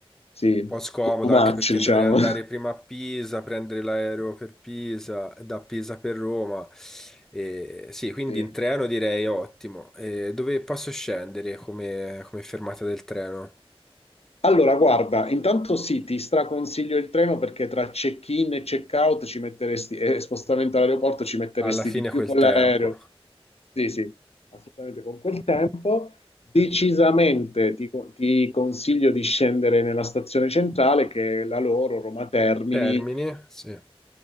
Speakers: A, on the left (about 80°); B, in the centre.
A: Sì,
B: un po' scomodo,
A: too much,
B: anche perché
A: diciamo.
B: dovrei andare
A: <laughs>
B: prima a Pisa, prendere l'aereo per Pisa, e da Pisa per Roma. E, sì, quindi
A: Sì.
B: in treno direi ottimo. E dove posso scendere come, come fermata del treno?
A: Allora, guarda, intanto sì, ti straconsiglio il treno perché tra check-in e check-out ci metteresti, e spostamento all'aeroporto ci metteresti
B: Alla fine
A: di più
B: quel
A: con
B: tempo.
A: l'aereo. Sì, sì, assolutamente con quel tempo. Decisamente ti, co- ti consiglio di scendere nella stazione centrale, che è la loro, Roma Termini,
B: Termini? Sì.